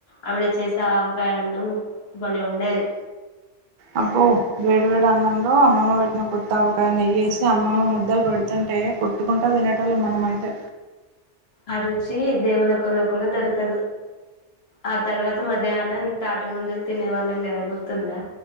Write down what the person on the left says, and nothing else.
ఆవిడ చేసే అవకాయ అన్నం భలే ఉండేది.
అ రుచి దేవలోకంలో కూడా దొరకదు ఆ తర్వాత మధ్యాహ్నం తాటి ముంజలు తినే వాళ్ళం కదా గుర్తుందా